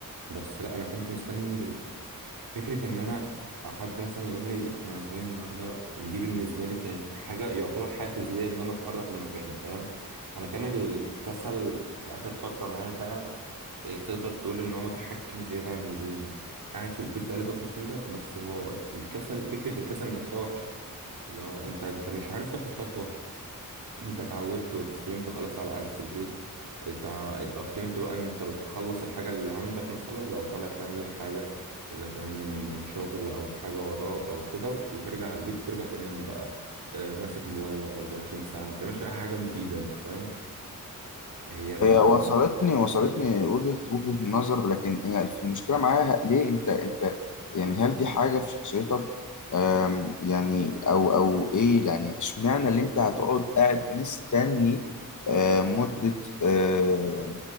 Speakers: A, on the right (about 80°); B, on the left (about 60°).
A: بس لا انا كنت مستني فكرة إن أنا حد مثلا يقول لي إحنا نازلين النهاردة دي بالنسبة لي كانت حاجة يعتبر حافز ليا إن أنا أتحرك من مكاني فاهم أنا كان الكسل في آخر فترة معايا ده إيه، تقدر تقول إن هو متحكم زيادة عن اللزوم قاعد في البيت بقالي فترة طويلة بس هو الكسل فكرة الكسل نفسها وحشة اللي هو أنت أنت مش عارف تاخد خطوة انت اتعودت واتأقلمت خلاص على قعدة البيت اتع- اتأقلمت بقى انت بتخلص الحاجة اللي عندك مثلا لو طالع تعمل حاجة اذا كان شغل او حاجة وراك او كده وترجع على البيت ترجع تنام بقى اه، ماسك موبايلك 24 ساعة ما بتعملش اي حاجة مفيدة انت فاهم هي
B: هي وصلتني وصلتني وجهة وجهة النظر لكن هي المشكلة معاها ليه انت انت يعني هل دي حاجة في شخصيتك أم، يعني او او ايه يعني اشمعنى اللي انت هتقعد قاعد مستني آه، مدة آه،